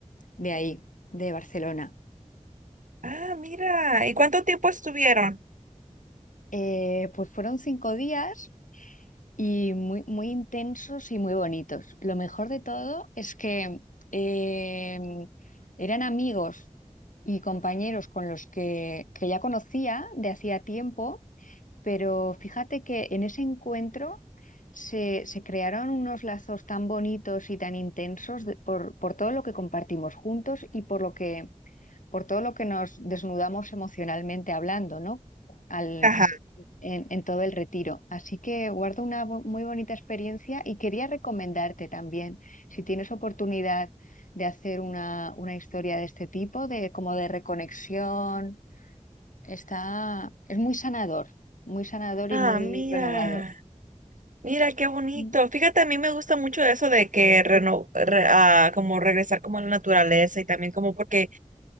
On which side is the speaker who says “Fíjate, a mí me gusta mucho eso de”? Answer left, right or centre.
Right